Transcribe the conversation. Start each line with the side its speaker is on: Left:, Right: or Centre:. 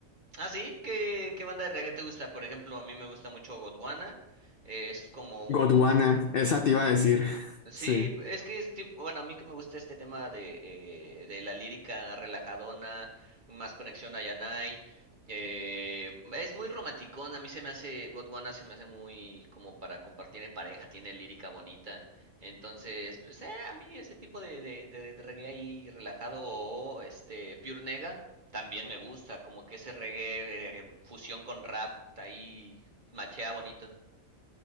Right: Ah, sí, ¿Qué, qué banda de reggae te gusta? Por ejemplo, a mí me gusta mucho Godwana. eh, es como un,
Left: Gondwana, esa te iba a decir. <laughs>
Right: Sí,
Left: Sí.
Right: es que es tipo, bueno, a mí que me gusta este tema de, eh, de la lírica relajadona, más conexión a Yanai. eh, es muy romanticón, a mí se me hace, Gondwana se me hace muy como para compartir en pareja, tiene lírica bonita. Entonces, pues eh, a mí ese tipo de, de, de- de reggae ahí relajado o este Pure Nega también me gusta, como que ese reggae eh, fusión con rap, ahí machea bonito.